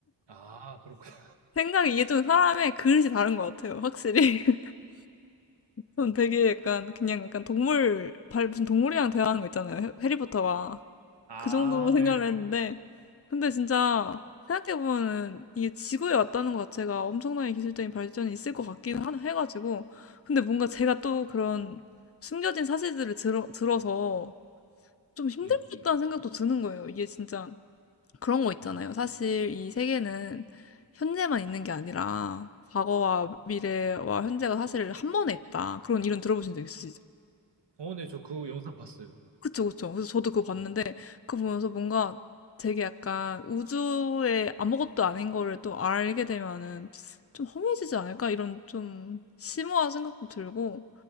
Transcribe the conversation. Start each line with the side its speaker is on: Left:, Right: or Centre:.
Right: 아, 그렇구나.
Left: 생각이 이게 좀 사람의 그릇이 다른 것 같아요. 확실히. <laughs> 저는 되게 약간 그냥 약간 동물 발 무슨 동물이랑 대화하는 거 있잖아요. 해- 해리포터가
Right: <laughs> 아,
Left: 그 정도로 생각을
Right: 예.
Left: 했는데 근데 진짜 생각해보면은 이게 지구에 왔다는 것 자체가 엄청나게 기술적인 발전이 있을 것 같긴 한, 해가지고. 근데 뭔가 제가 또 그런 숨겨진 사실들을 들어, 들어서 좀 힘들
Right: 네.
Left: 것 같다는 생각도 드는 거예요. 이게 진짜 그런 거 있잖아요.
Right: 음.
Left: 사실 이 세계는 현재만 있는 게 아니라 과거와 미래와 현재가 사실 한 번에 있다. 그런 이론 들어보신 적 있으시죠?
Right: 어, 네, 저 그 영상 봤어요.
Left: 그쵸, 그쵸. 그래서 저도 그거 봤는데
Right: 네.
Left: 그거 보면서 뭔가 되게 약간 우주에 아무것도 아닌 거를 또 알게 되면은 좀 허무해지지 않을까? 이런 좀 심오한 생각도 들고.